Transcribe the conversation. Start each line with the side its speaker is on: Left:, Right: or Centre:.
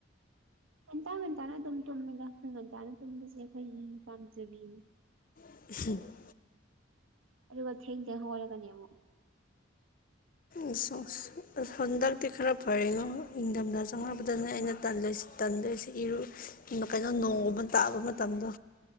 Right: ꯉꯟꯇꯥ ꯉꯟꯇꯥꯅ ꯑꯗꯨꯝ ꯇꯨꯝꯃꯤꯗ ꯑꯩꯈꯣꯏ ꯉꯟꯇꯥꯅ ꯇꯨꯝꯕꯁꯦ ꯑꯩꯈꯣꯏꯒꯤ ꯄꯥꯝꯖꯕꯤ
Left: <inaudible>
Right: ꯑꯗꯨꯒ ꯊꯦꯡ ꯊꯦꯡ ꯍꯧꯒꯠꯂꯛꯀꯅꯤ ꯑꯃꯨꯛ
Left: ꯑꯁ ꯑꯁ ꯍꯟꯗꯛꯇꯤ ꯈꯔ ꯐꯔꯉꯣ ꯏꯪꯊꯝꯊ ꯆꯪꯉꯛꯅꯕꯗꯅꯦ ꯑꯩꯅ ꯇꯜꯖꯣꯏꯁ ꯇꯟꯗꯣꯏꯁꯦ ꯏꯔꯨ ꯀꯩꯅꯣ ꯅꯣꯡ ꯑꯃ ꯇꯥꯕ ꯃꯇꯝꯗꯣ